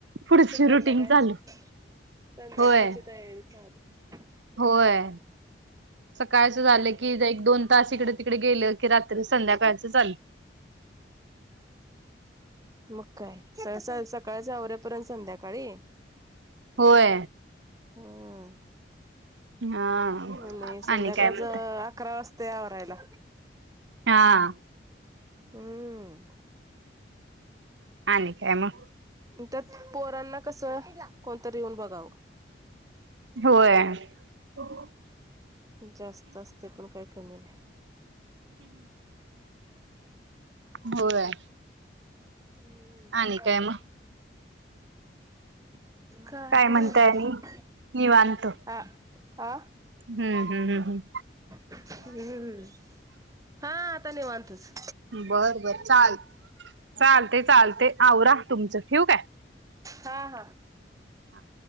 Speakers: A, on the right; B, on the right.
A: पुढची
B: संध्याकाळची
A: रुटीन चालू
B: संध्याकाळची
A: होय
B: तयारी चालू
A: होय
B: हम्
A: सकाळचं झालं की एक दोन तास इकडे तिकडे गेलं की संध्याकाळचं
B: म्
A: चालू
B: मग काय सकाळच्या आवऱ्यापर्यंत संध्याकाळी
A: होय
B: हम्म
A: हा
B: आणि संध्याकाळच
A: काय म्हणताय
B: अकरा वाजता आवरायला
A: हा
B: हम्म
A: हा नि कााय म
B: त्यात पोरांना कसं कोणतरी येऊन बघावं
A: होय
B: जास्त असते पण काही कमी नाही
A: होय
B: हम्म
A: आणि
B: काय
A: मग?
B: काही
A: काय म्हणताय
B: नाही
A: आणि निवांत.
B: ह ह
A: हम्म हम् हम् हम्
B: हम्म हा आतानीव अतस
A: बरं बर चाल चालते चालते आवरा तुमचं ठीक आहे
B: हा हा
A: हा